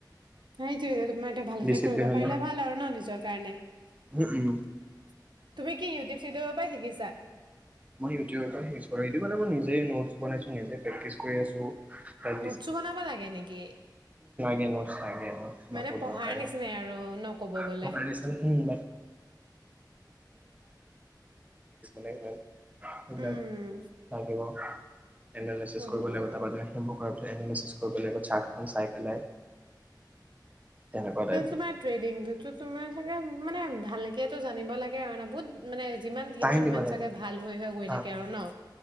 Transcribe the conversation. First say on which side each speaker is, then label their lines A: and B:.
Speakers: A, on the right; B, on the right.
A: নাইটো, তোমাৰটো ভালকে
B: ডিচিপ্লিন
A: কৰিব
B: হ'লে
A: পাৰিলে ভাল আৰু ন, নিজৰ কাৰণে,
B: উম
A: তুমি
B: উম
A: কি ইউটিউব-চিউটিৰ ৰ পৰা শিকিছা?
B: মই ইউটিউব ৰ পৰা শিকিছো আৰু এইটো মানে মই নিজেই নোটছ বনাইছো, নিজেই প্ৰেকটিছ কৰি আছো। প্লাছ
A: নোটছো বনাব লাগে নেকি?
B: গে, নোটছ লাগে তোমাকো
A: মানে পঢ়াৰ
B: দৰকাৰ
A: নিচিনাই
B: হয়,
A: আৰু ন ক'ব
B: <unintelligible>
A: গ'লে।
B: <unintelligible> ডান্স কৰি আছোঁ। মানে, ধৰক এইবিলাক
A: উম।
B: লাগিব। এনালাইচিছ
A: উম,
B: কৰিব এ লাগিব, তাৰ পৰা সেইবোৰ কৰা পিছত এনালাইচিচ কৰিব লাগিব, চাৰ্টখন চাই পেলাই। তেনেকুৱা টাইপ
A: তোমাৰ ্ৰেডিং তুতো তোমাৰ। <unintelligible> মানে-মানে ভালকেটো জানিব লাগে আৰু ন বহুত মানে জা যিমান দিন
B: টাইম
A: হয়,
B: দিব
A: সিমান
B: লাগে
A: চাগে ভাল হৈ-হৈ গৈ
B: হা
A: থাকে আৰু ন?